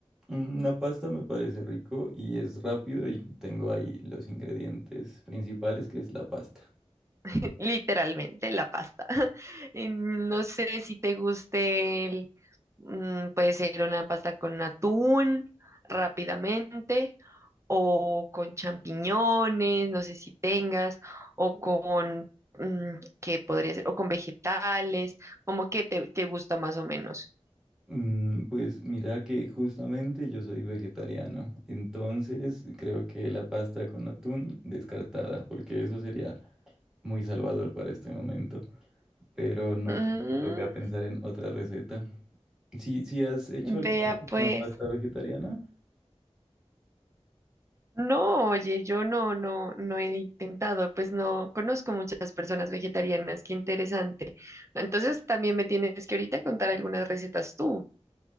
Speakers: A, in the centre; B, on the right.
A: Mm, Una pasta me parece rico y es rápido y tengo ahí los ingredientes principales que es la pasta.
B: <laughs> Literalmente la pasta. <laughs> En- No sé si te guste el, mm, puede ser una pasta con atún rápidamente o con champiñones, no sé si tengas, o con, mm, ¿qué podría ser? O con vegetales, como que te, te gusta más o menos.
A: Mm, Pues mira que justamente yo soy vegetariano, entonces creo que la pasta con atún descartada, porque eso sería muy salvador para este momento, pero no,
B: Mm,
A: creo que toca pensar en otra receta. Si, si has hecho
B: vea
A: alguna vez
B: pues,
A: una pasta vegetariana,
B: no, oye, yo no, no, no he intentado, pues no conozco muchas personas vegetarianas, qué interesante. Entonces también me tienes que ahorita contar algunas recetas tú.